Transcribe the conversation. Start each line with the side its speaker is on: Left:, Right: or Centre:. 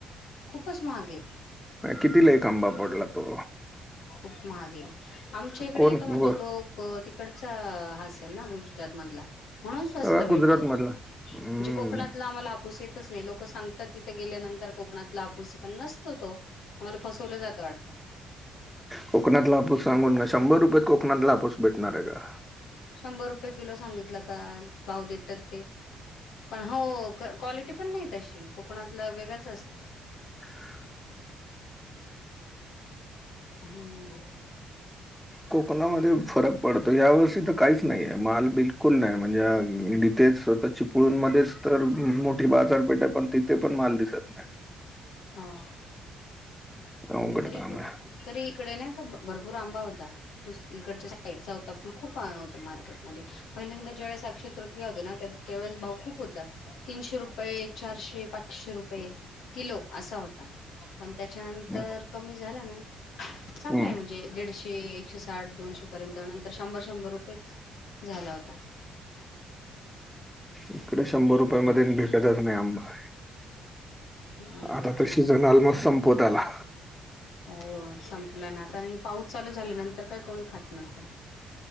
Left: खूपच महाग आहे
Centre: किती ला खांबा पडला तो.
Left: खूप महागे आमच्या इकडे
Centre: कोण
Left: येत म्हणजे
Centre: व-
Left: तो तिकडचा हासेल ना गुज त मधला. म्हणून स्वस्त
Centre: सगळा
Left: भेटतो
Centre: गुजरातमधला.
Left: म्हणजे
Centre: हं,
Left: कोकणातला आम्हाला आपूस येतच नाही लोक सांग तात तिथे गेल्यानंतर कोकणातला आपूस पण नसतो तो मला फसवलं जात वाटत.
Centre: कोकणातलापूस सांगून का शंभर रुपयात कोकणातलापूस भेटणार आहे का.
Left: शंभर रुपये किलो सांगितलं का भाव देतात ते पण हो क्वालिटी पण नाही तशी कोकणातला वेगंच असतं.
Centre: <unintelligible>
Left: हम्म हो.
Centre: कोकणामध्ये फरक पडतो ह्या वर्षी तर काहीच नाहीय माल बिलकुल नाही म्हणजे ईथेच स्वतः चिपळून मध्येच तर मोठी बाजारपेठ आहे पण तिथे पण माल दिसत नाही.
Left: हा.
Centre: अवघड
Left: तरी
Centre: काम
Left: प
Centre: आहे.
Left: तरी इकडे ना भरपूर आंबा होता तो इकडच्या साईडचा होता पण खूप होता मार्केट मधे पहिल्यांदा ज्यावेळेस अक्षय तृतीया होती ना त्यावेळेस भाव खूप होता तीनशे रुपये चारशे पाच पाचशे रुपये किलो असा होता पण त्याच्यानंतर
Centre: हं,
Left: कमी झाला ना सांगाय
Centre: हं.
Left: म्हणजे दीडशे एकशे साठ दोनशे नंतर शंभर शंभर रुपये झाला होता.
Centre: इकडे शंभर रुपया मध्ये भेटतच नाही आंबा
Left: नाही
Centre: आता
Left: भेट
Centre: तर सिझन ऑलमोस्ट संपवत आला.
Left: हो संपलं ना आता आणि पाऊस चालू झाल्या नंतर काय कोणी खात नसत